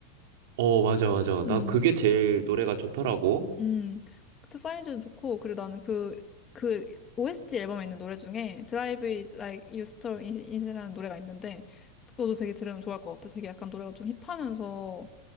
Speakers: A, on the right; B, on the left.
A: 어, 맞아, 맞아.
B: 응.
A: 나 그게 제일 노래가 좋더라고.
B: 응. 트파인즈도 좋고, 그리고 나는 그, 그, OST 앨범에 있는 노래 중에 Drive It Like You Stole It It이라는 노래가 있는데, 그것도 되게 들으면 좋을 것 같아. 되게 약간 노래가 좀 힙하면서